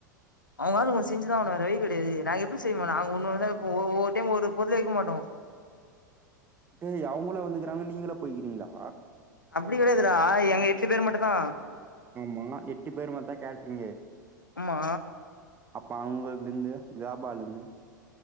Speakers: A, on the left; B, on the right.
A: அவங்க வேல செஞ்சுதா ஆவனு வேற வழி கிடையாது நா எப்டி செய்வே நா ஒன்னுன் போ ஒவ்வொரு டைம் ஒரு பொருள வைக்க மாட்டோ
B: ஏய் அவங்கள வந்துக்கிறாங்க நீங்களா போய்கீங்களா
A: அப்டி கெடையாதுடா எங்க எட்டு பேர் மட்டும்தா
B: ஆம்மா எட்டு பேரு மாறிதான் கேட்ரீயே
A: ஆமா
B: அப்பா அவுங்கதுலந்து இதாப் ம்பாலுங்கன்னு